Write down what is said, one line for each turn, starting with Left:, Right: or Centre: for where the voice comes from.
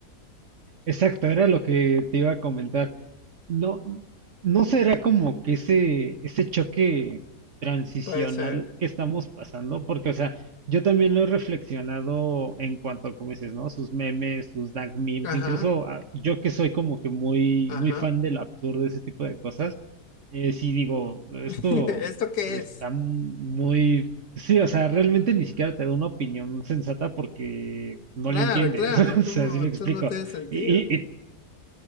Right: exacto, era lo que te iba a comentar. No, ¿no será como que ese, ese choque transicional
Left: Puede ser.
Right: que estamos pasando? Porque, o sea, yo también lo he reflexionado en cuanto, como dices, ¿no? Sus memes, sus dank memes,
Left: Ajá,
Right: incluso ah, yo que soy como que muy,
Left: ajá.
Right: muy fan del absurdo, ese tipo de cosas, eh, sí digo, esto
Left: <laughs> ¿Esto qué
Right: está
Left: es?
Right: muy... Sí, o sea, realmente ni siquiera te da una opinión sensata porque no
Left: Claro,
Right: le entiendes,
Left: claro,
Right: <laughs>
Left: es
Right: o
Left: como
Right: sea, si me
Left: esto
Right: explico.
Left: no tiene sentido.
Right: Y, y- y